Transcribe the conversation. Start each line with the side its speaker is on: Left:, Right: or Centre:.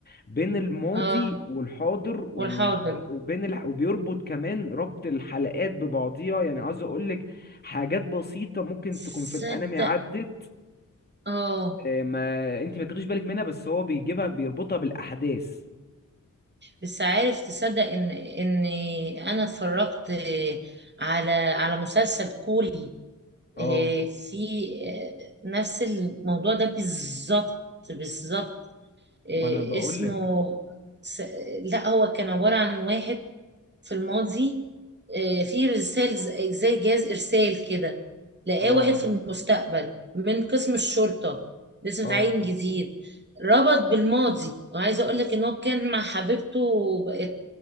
Left: بين الماضي
Right: اه
Left: والحاضر و-
Right: والحاضر
Left: وبين الح... وبيربط كمان ربط الحلقات ببعضيها يعني عاوز اقولك حاجات بسيطة ممكن
Right: تصدق
Left: تكون في الانمي عدت
Right: اه
Left: آه، ما انت ما تاخديش بالك منها بس هو بيجيبها بيربطها بالاحداث
Right: بس عارف تصدق ان ان انا اتفرجت على على مسلسل كوري
Left: اه
Right: آه، في آه، نفس الموضوع ده بالظبط بالظبط آه،
Left: ما انا بقولك
Right: اسمه س- لا هو كان عبارة عن واحد في الماضي آه، في رسالة ز- زي جهاز إرسال كده لقاه
Left: اه
Right: واحد في المستقبل من قسم الشرطة لسه
Left: اه
Right: متعين جديد ربط بالماضي وعايزة أقول لك إن هو كان مع حبيبته وبقت